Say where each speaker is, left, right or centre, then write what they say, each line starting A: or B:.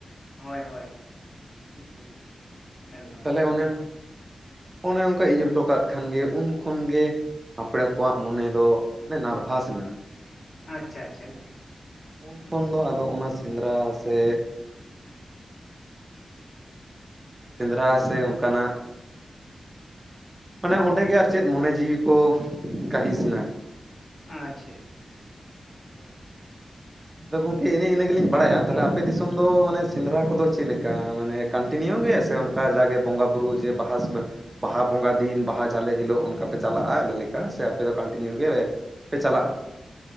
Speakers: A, on the left; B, on the right.
A: ᱦᱳᱭ ᱦᱳᱭ᱾
B: ᱦᱩᱸ᱾
A: ᱮᱠᱫᱚᱢ
B: ᱛᱟᱦᱚᱴᱞᱮ ᱚᱱᱮ, ᱚᱱᱮ ᱚᱝᱠᱟ ᱤᱡ ᱦᱚᱴᱚ ᱠᱟᱜ ᱠᱷᱟᱱᱜᱮ ᱩᱱ ᱠᱷᱚᱱ ᱜᱮ ᱟᱯᱚᱬᱮ ᱠᱚᱣᱟᱜ ᱢᱚᱱᱮ ᱫᱚ ᱢᱟᱱᱮ ᱱᱟᱨᱵᱷᱟᱥ ᱮᱱᱟ᱾
A: ᱟᱪᱪᱷᱟ ᱟᱪᱪᱷᱟ
B: ᱦᱩᱸ, ᱩᱱ ᱠᱷᱚᱱ ᱫᱚ ᱟᱫᱚ ᱚᱱᱟ ᱥᱮᱸᱫᱽᱨᱟ ᱥᱮ ᱥᱮᱸᱫᱽᱨᱟ ᱥᱮ ᱚᱱᱠᱟᱱᱟᱜ ᱢᱟᱱᱮ ᱚᱸᱰᱮ ᱜᱮ ᱟᱨ ᱪᱮᱫ ᱢᱚᱱᱮ ᱡᱤᱣᱤ ᱠᱚ ᱠᱟᱹᱦᱤᱥ ᱱᱟ᱾
A: ᱟᱪᱪᱷᱟ᱾
B: ᱦᱩᱸ, ᱟᱫᱚ ᱜᱚᱝᱠᱮ ᱮᱱᱮ ᱤᱱᱟᱹ ᱜᱮᱞᱤᱧ ᱵᱟᱲᱟᱭᱟ᱾ ᱛᱟᱦᱞᱮ ᱟᱯ ᱟᱯᱮ ᱫᱤᱥᱚᱢ ᱫᱚ ᱢᱟᱱᱮ ᱥᱮᱸᱫᱽᱨᱟ ᱠᱚᱫᱚ ᱪᱮᱫ ᱞᱮᱠᱟ? ᱢᱟᱱᱮ ᱠᱚᱱᱴᱤᱱᱤᱭᱩ ᱜᱮ ᱥᱮ ᱚᱱᱠᱟ ᱡᱟᱜᱮ ᱵᱚᱸᱜᱟ ᱵᱩᱨᱩ ᱡᱮ ᱵᱟᱦᱟᱥ ᱵᱟᱦᱟ ᱵᱚᱸᱜᱟ ᱫᱤᱱ ᱵᱟᱦᱟ ᱡᱟᱞᱮ ᱦᱤᱞᱳᱜ ᱚᱱᱠᱟ ᱯᱮ ᱪᱟᱞᱟᱜ-ᱟ ᱟᱞᱮ ᱞᱮᱠᱟ ᱥᱮ ᱟᱯᱮ ᱫᱚ ᱠᱚᱱᱴᱤᱱᱤᱭᱩ ᱜᱮ ᱯᱮ ᱪᱟᱞᱟᱜ-ᱟ?